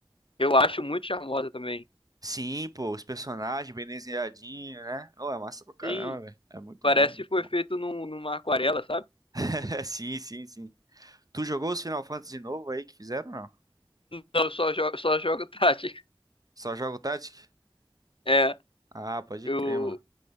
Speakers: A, on the left; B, on the right.
A: eu acho muito charmosa também.
B: Sim, pô, os personagens bem desenhadinhos, né? Oh, é massa pra caramba,
A: Sim,
B: velho. É muito
A: parece
B: bom, muito
A: que foi
B: bom.
A: feito num, numa aquarela, sabe?
B: <laughs> sim, sim, sim. Tu jogou os Final Fantasy novo aí que fizeram, ou não?
A: Não, só jogo, só jogo <laughs> tática.
B: Só joga o Tactic?
A: É,
B: Ah, pode
A: eu,
B: crer, mano.